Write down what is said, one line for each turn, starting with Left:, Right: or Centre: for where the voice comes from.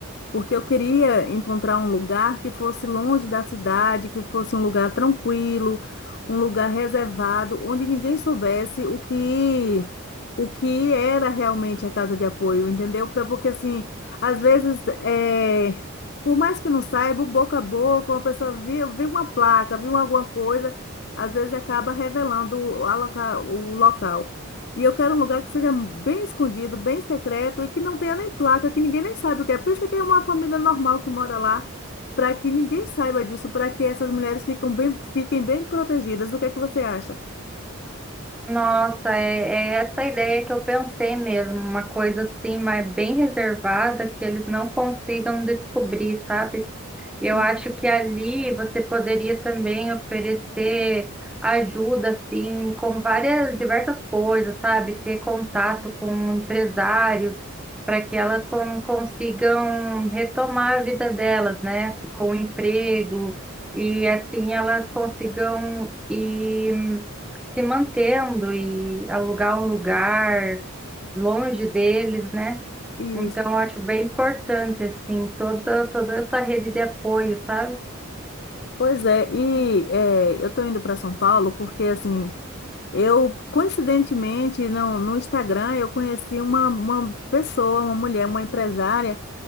Left: porque eu queria encontrar um lugar que fosse longe da cidade, que fosse um lugar tranquilo, um lugar reservado, onde ninguém soubesse o que o que era realmente a casa de apoio, entendeu? Pra- Porque assim, às vezes, é, por mais que não saiba, o boca a boca, uma pessoa viu, viu uma placa, viu alguma coisa, às vezes acaba revelando o a loca- o local. E eu quero um lugar que seja bem escondido, bem secreto e que não tenha nem placa, que ninguém nem saiba o que é. Pensa que é uma família normal que mora lá, para que ninguém saiba disso, para que essas mulheres ficam bem, fiquem bem protegidas. O que é que você acha?
Centre: Nossa, é, é essa ideia que eu pensei mesmo, uma coisa assim, mas bem reservada, que eles não consigam descobrir, sabe? Eu
Left: E,
Centre: acho que ali você poderia também oferecer ajuda, assim, com várias, diversas coisas, sabe? Ter contato com empresários para que elas con- consigam retomar a vida delas, né? Com emprego e assim elas consigam ir se mantendo e alugar um lugar longe deles, né?
Left: e-
Centre: Então, eu acho bem importante, assim, toda, toda essa rede de apoio, sabe?
Left: pois é, e é, eu estou indo para São Paulo porque, assim, eu, coincidentemente, no, no Instagram, eu conheci uma, uma pessoa, uma mulher, uma empresária